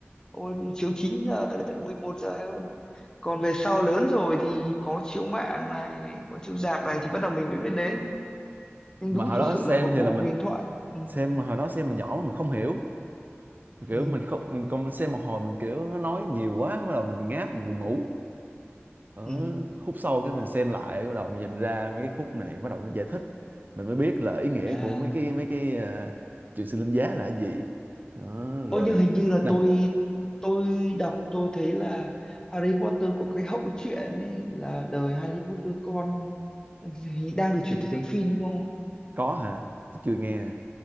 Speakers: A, on the left (about 15°); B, on the right (about 40°).
A: Ôi, chiếu 9 giờ đến tận 11 giờ hơn. Còn về sau lớn rồi thì có chiếu mạng này, có chiếu rạp này thì bắt đầu mình mới biết đến. Nhưng
B: mà
A: đúng
B: hồi
A: thực
B: đó
A: sự
B: xem
A: là một
B: thì
A: bộ
B: là mình
A: huyền thoại. Ừ,
B: xem mà hồi đó xem mà nhỏ mình không hiểu kiểu
A: ừ,
B: mình không mình còn mình xem một hồi mình kiểu nó nói nhiều quá bắt đầu mình ngáp mình buồn ngủ ở
A: ừ.
B: khúc sau cái mình xem lại bắt đầu mình nhìn ra mấy cái khúc này bắt đầu nó giải thích mình mới biết là ý nghĩa
A: À,
B: của mấy cái mấy cái uh, chuyện sinh linh giá là cái gì đó, rồi
A: ô nhưng hình như là
B: đằng
A: tôi tôi đọc tôi thấy là Harry Potter có cái hậu truyện ấy là đời Harry Potter con hình- đang được chuyển thể thành phim đúng không?
B: có hả tôi chưa nghe